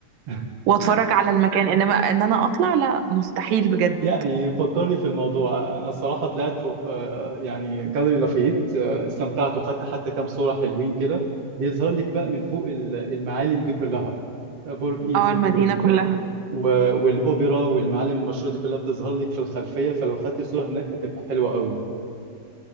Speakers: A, on the right (about 50°); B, on the right (about 85°).
A: <laughs>
B: واتفرج على المكان انما ان انا اطلع لا مستحيل بجد
A: يعني فكرني في الموضوع انا صراحة طلعت فوق آه، يعني جاليري لافايت آه، استمتعت وخدت حتى كام صورة حلوين كده بيظهر لك بقى من فوق ال- المعالم دي كلها برج ايفل
B: اه المدينه
A: و-
B: كلها
A: والاوبرا والمعالم المشهوره دي كلها بتظهر لك في الخلفيه فلو خدتي صوره هناك هتبقى حلوه قوي